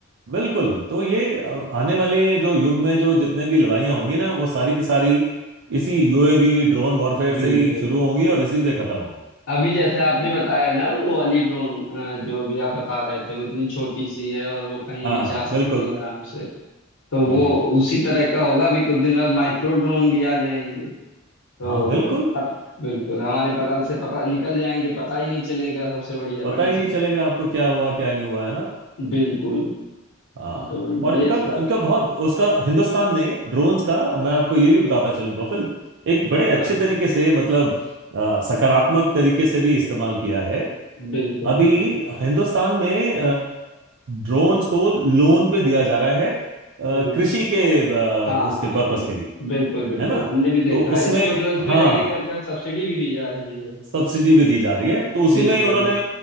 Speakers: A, on the right (about 60°); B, on the left (about 85°).
A: बिल्कुल तो ये अ, आने वाले जो युग में जो जितने भी लड़ाइयाँ होंगी ना वो सारी की सारी इसी यूएवी ड्रोन वॉरफेयर
B: बिल्कुल
A: से ही शुरू होंगी और इसी से खत्म होंगी
B: अभी जैसे आपने बताया ना वो वाली ड्रोन अ, जो अभी आप बता रहे थे वो इतनी छोटी सी है और वो कहीं
A: हाँ
B: भी जा सकती
A: बिल्कुल
B: है आराम से तो वो
A: हम्म
B: उसी तरह का होगा अभी कुछ दिन बाद माइक्रो ड्रोन भी आ जाएंगे तो
A: हाँ बिल्कुल
B: पत, बिल्कुल हमारे बगल से पता निकल जाएंगे पता ही नहीं चलेगा सबसे बढ़िया
A: पता
B: बड़ी
A: ही
B: चीज
A: नहीं चलेगा आपको क्या हुआ क्या नहीं हुआ है ना
B: बिल्कुल
A: हाँ
B: तो
A: और
B: ये
A: इनका
B: सर
A: इनका बहुत उसका हिंदुस्तान ने ड्रोन्स का मैं आपको ये भी बताता चलूं प्रोफिल एक बड़े अच्छे
B: हाँ हाँ
A: तरीके से मतलब अ, सकारात्मक तरीके से भी इस्तेमाल किया है
B: बिल्कुल
A: अभी
B: बिल्कुल
A: हिंदुस्तान में ड्रोन्स को लोन पे दिया जा रहा है अ,
B: ओ,
A: कृषि के अ,
B: हाँ
A: उसके
B: हाँ
A: पर्पस के लिए
B: बिल्कुल बिल्कुल
A: है ना
B: हमने भी देखा
A: तो
B: है
A: उसमें
B: इसको जो इसमें
A: हाँ
B: एग्रीकल्चर सब्सिडी भी दी जा रही है
A: सब्सिडी भी दी जा रही है तो उसी
B: बिल्कुल
A: में ही उन्होंने
B: बिल्कुल